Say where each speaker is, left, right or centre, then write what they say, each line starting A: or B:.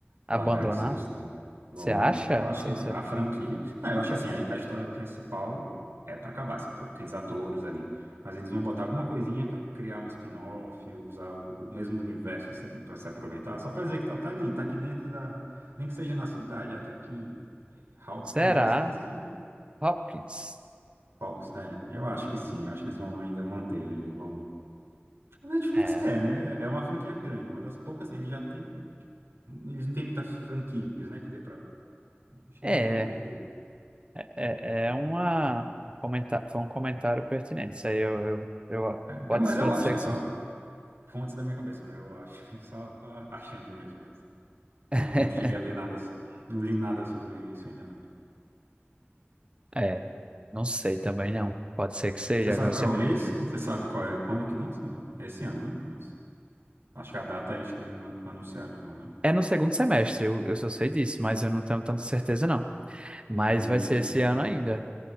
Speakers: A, on the right; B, on the right.
A: Abandonar?
B: largar esse osso, não. Vão,
A: Você acha?
B: não. Eu acho
A: Se
B: que
A: você...
B: não. A franquia. Não, eu acho que assim, a, a história principal é para acabar, se- aqueles atores ali. Mas eles vão botar alguma coisinha para criar um spin-off, usar o, o mesmo universo, assim, para se aproveitar, só para dizer que tá, tá ali, tá aqui dentro da. Nem que seja na cidade, já tá aqui em. é, Hal-
A: Será?
B: Qual é o nome da cidade? Você lembra?
A: Hopkins?
B: Hawks, é, eu acho que sim, eu acho que eles vão ainda manter, eles não vão. A Netflix
A: É.
B: quer, né? É uma franquia grande, é uma das poucas, eles já têm, eles não têm muitas franquias, né, que dê pra. então, Acho que
A: É.
B: eles não vão perder.
A: É, é uma um comenta- foi um comentário pertinente. Isso aí eu, eu, eu- pode,
B: É, é, mas eu
A: pode
B: acho,
A: ser
B: né?
A: que
B: Só
A: sim.
B: fontes da minha cabeça, né? Eu acho, <laughs> só achando mesmo, mas
A: <laughs>
B: não, não cheguei a ler nada, não li nada sobre isso ainda não.
A: É, não sei também não. Pode ser que seja.
B: Você sabe
A: Agora
B: qual
A: você
B: é
A: me-
B: o mês? Você sabe qual é quando que lança? Não. É esse ano, né? Mas acho que a data acho que ainda não anunciaram não, né?
A: é no segundo semestre, eu, eu só sei disso, mas eu não tenho tanta certeza não. Mas
B: Hum.
A: vai ser esse ano ainda.